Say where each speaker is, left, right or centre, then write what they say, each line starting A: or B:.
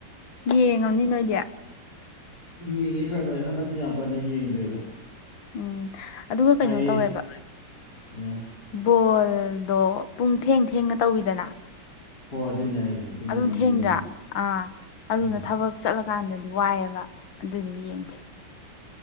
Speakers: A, on the left; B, on the left.
A: ꯌꯦꯡꯉꯝꯅꯤ ꯅꯣꯏꯗꯤ
B: ꯌꯦꯡꯉꯦ ꯈꯔ ꯈꯔ ꯍꯟꯗꯛꯇꯤ ꯌꯥꯝ ꯀꯟꯅ ꯌꯦꯡꯗ꯭ꯔꯦꯗ
A: ꯎꯝ ꯑꯗꯨꯒ ꯀꯩꯅꯣ
B: ꯍꯥꯏꯗꯤ
A: ꯇꯧꯋꯦꯕ
B: ꯑ
A: ꯕꯣꯜꯗꯣ ꯄꯨꯡ ꯊꯦꯡ ꯊꯦꯡꯅ ꯇꯧꯋꯤꯗꯅ
B: ꯍꯣꯏ ꯑꯗꯨꯏꯅꯦ ꯍꯥꯏꯁꯦ ꯑꯗꯨꯒꯤꯅꯤ
A: ꯑꯗꯨꯝ ꯊꯦꯡꯗ꯭ꯔꯥ
B: ꯌꯦꯡꯗ꯭ꯔꯤ
A: ꯑꯥ ꯑꯗꯨꯅ
B: ꯎꯝ
A: ꯊꯥꯕꯛ ꯆꯠꯂꯀꯥꯟꯗꯗꯤ ꯋꯥꯏꯑꯦꯕ ꯑꯗꯨꯗꯨꯅ ꯌꯦꯡꯗꯦ